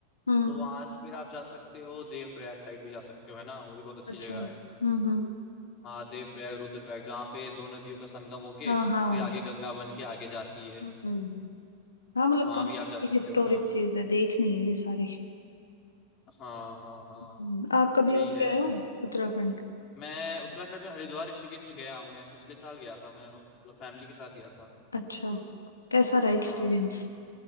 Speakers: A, on the left; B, on the left.
A: हम्म
B: तो वहां से फिर आप जा सकते हो देवप्रयाग साइड भी जा सकते हो है ना वो भी बहुत अच्छी
A: अच्छा
B: जगह
A: हम्म
B: है
A: हम्म
B: हाँ देवप्रयाग रुद्रप्रयाग जहाँ पे दो नदियों का संगम होके
A: हाँ हाँ
B: फिर आगे गंगा बन के आगे जाती है
A: हम्म हाँ मतलब
B: वहां
A: काफी
B: भी आप जा सकते
A: हिस्टोरिक
B: हो है ना
A: चीज है देखनी है ये सारी
B: हाँ हाँ हाँ
A: हम्म, आप कभी
B: यही
A: हो
B: है
A: गए हो उत्तराखंड
B: मैं उत्तराखंड में हरिद्वार ऋषिकेश में गया हूँ मैं पिछले साल गया था मैं मतलब फैमिली के साथ गया था
A: अच्छा कैसा रहा एक्सपीरियंस
B: हाँ